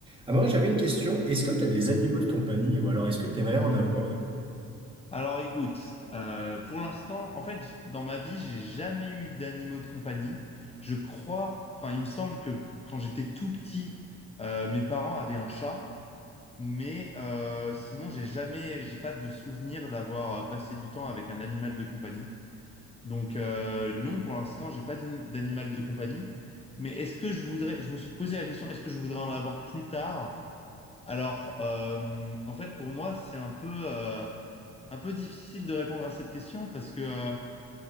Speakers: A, on the right (about 15°); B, on the left (about 20°).
A: Amaury, j'avais une question. Est-ce que tu as des animaux de compagnie ou alors est-ce que tu aimerais en avoir?
B: Alors écoute, euh, pour l'instant, en fait, j- dans ma vie, j'ai jamais eu d'animaux de compagnie. Je crois, enfin, il me semble que quand j'étais tout petit, euh, mes parents avaient un chat, mais euh, sinon, j'ai jamais, j'ai pas de souvenir d'avoir euh, passé du temps avec un animal de compagnie. Donc euh, non, pour l'instant, j'ai pas d'in- d'animal de compagnie. Mais est-ce que je voudrais, je me suis posé la question, est-ce que je voudrais en avoir plus tard? Alors, euh, en fait, pour moi, c'est un peu euh, un peu difficile de répondre à cette question parce que euh,